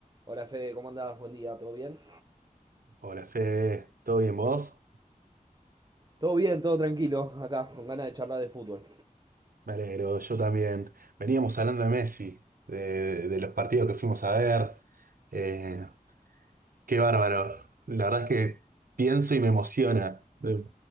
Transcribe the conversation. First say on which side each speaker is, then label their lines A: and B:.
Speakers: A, on the right; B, on the right.
A: Hola Fede, ¿cómo andás? Buen día, ¿todo bien?
B: Hola Fede, ¿todo bien vos?
A: Todo bien, todo tranquilo, acá, con ganas de charlar de fútbol,
B: Me alegro, yo también. Veníamos hablando de Messi, de, de los partidos que fuimos a ver. Eh, qué bárbaro. La verdad es que pienso y me emociona de